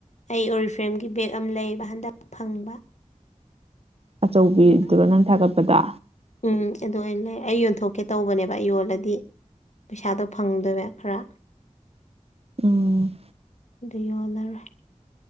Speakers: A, on the left (about 60°); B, on the right (about 50°).
A: ꯑꯩ ꯑꯣꯔꯤꯐ꯭ꯔꯦꯝꯒꯤ ꯕꯦꯒ ꯑꯃ ꯂꯩ ꯍꯟꯗꯛ ꯐꯪꯕ
B: ꯑꯆꯧꯕꯤꯗꯨꯔꯣ
A: ꯑꯗꯣ
B: ꯅꯪ ꯊꯥꯒꯠꯄꯗ
A: ꯎꯝ ꯑꯗꯨ ꯂꯩ ꯑꯩ ꯌꯣꯟꯊꯣꯛꯀꯦ ꯇꯧꯕꯅꯦꯕ ꯑꯩ ꯌꯣꯜꯂꯗꯤ ꯄꯩꯁꯥꯗꯣ ꯐꯪꯗꯣꯏꯕ ꯈꯔ
B: ꯎꯝ
A: ꯗꯌꯣꯂꯔ